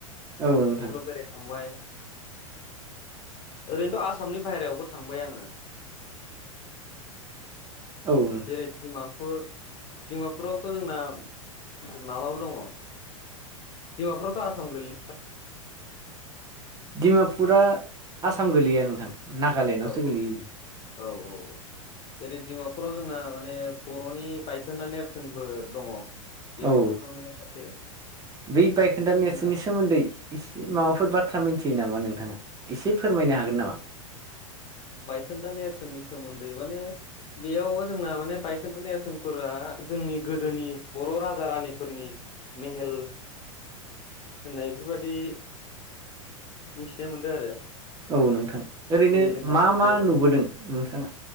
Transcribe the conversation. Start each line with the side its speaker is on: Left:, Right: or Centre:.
Right: औ नोंथां
Left: बेफोराव बेरायखांबाय ओरैनोथ' आसामनि बाहेरायावबो थांबाय आङो।
Right: औ।
Left: जै दिमापुर डिमापुरावथ' जोंना माबाबो दङ बिमाफ्रोरथ' आसाम गोलोल
Right: दिडिमापुरा आसाम गोलैया नोंथां नागालेण्डआवसो
Left: औ
Right: गोलैयो
Left: औ औ औ। एरै धिमापुराव जोंना माने बर'नि बायखोन्दा नेरसोनबो दङ। बेयावबो
Right: औ
Left: थांखांबाय सानसे
Right: बै बायखोन्दा
Left: जोंहा
Right: नेरसोननि सोमोन्दै इसि माबाफोर बाथ्रा मिथियो नामा नोंथाङा एसे फोरमायनो हागोन नामा?
Left: बायखोन्दा नेरसोननि सोमोन्दै माने बेयाव जोंना माने बाइटन्ट' नेरसोनफोरा जोंनि गोदोनि बर' राजा रानिफोरनि मेहेल होननायफोरबायदि मिथिनो मोन्दो आरो।
Right: औ नोंथां ओरैनो
Left: जेरै जोंना
Right: मा
Left: गोदो
Right: मा नुबोदों नोंथाङा